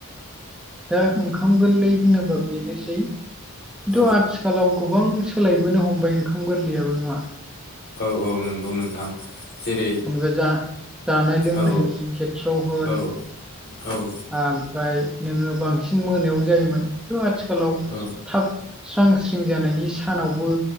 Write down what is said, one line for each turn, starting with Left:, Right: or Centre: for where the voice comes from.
Centre: दा ओंखाम गोरलै होनोबा बेनोसै खिन्थु
Left: औ
Centre: आथिखालाव गोबां सोलायबोनो हमबाय ओंखाम गोरलैयाबो नङा।
Left: औ औ नंगौ नोंथां जेरै
Centre: जेनेबा जा जानाय लोंनायनि
Left: औ
Centre: खेथ्र होन
Left: औ औ
Centre: ओमफ्राय नोङो बांसिन मोनायावनो जायोमोनथ आथिखालाव
Left: औ
Centre: थाब स्रां स्रिं जानायनि सानावबो